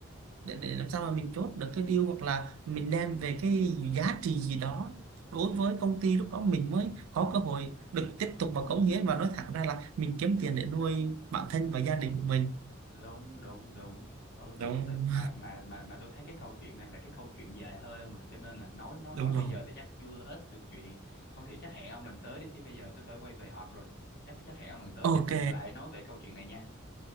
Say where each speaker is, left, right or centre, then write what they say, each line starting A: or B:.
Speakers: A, on the right (about 85°); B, on the left (about 55°).
A: để, để làm sao mà mình chốt được cái deal hoặc là mình đem về cái giá trị gì đó đối với công ty lúc đó mình mới có cơ hội được tiếp tục và cống hiến và nói thẳng ra là mình kiếm tiền để nuôi bản thân và gia đình của mình
B: đúng đúng đúng ôi mà
A: đúng
B: tôi thích mà mà mà mà tôi thấy cái câu chuyện này là cái câu chuyện dài hơi không mà cho nên là nói nói
A: đúng
B: nói bây
A: rồi
B: giờ thì chắc chưa hết được chuyện thôi thì chắc hẹn ông lần tới đi chứ bây giờ tôi phải quay về họp rồi chắc chắc hẹn ông lần tới
A: ok
B: tụi mình lại nói về câu chuyện này nha